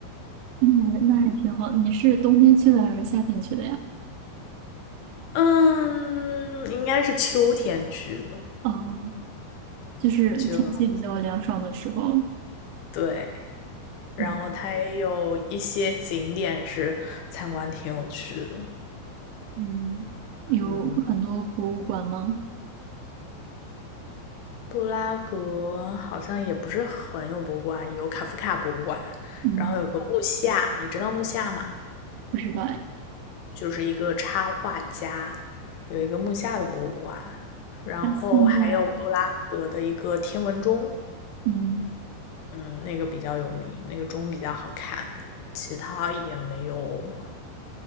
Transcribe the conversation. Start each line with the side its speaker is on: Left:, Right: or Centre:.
Right: 嗯，那还那还挺好。你是冬天去的还是夏天去的呀？
Left: <laughs> 嗯，应该是秋天去的，
Right: 哦，就是天气比较凉爽的时候。
Left: 就对。然后它也有一些景点是参观挺有趣的，
Right: 嗯嗯，有很多博物馆吗？
Left: 嗯，布拉格好像也不是很有博物馆，有卡夫卡博物馆，
Right: 嗯，
Left: 然后有个木下，你知道木下吗？
Right: 不知道哎。
Left: 就是一个插画家，有一个木下的博物馆，然后还有布拉格的一个天文钟，
Right: 他现在，嗯
Left: 嗯，那个比较有名，那个钟比较好看，其他也没有，